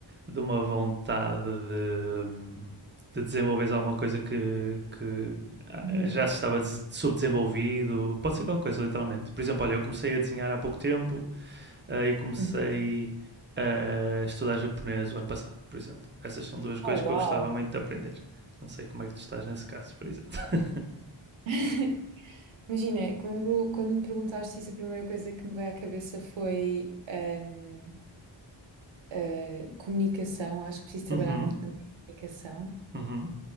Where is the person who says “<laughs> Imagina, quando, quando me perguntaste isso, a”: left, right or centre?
Right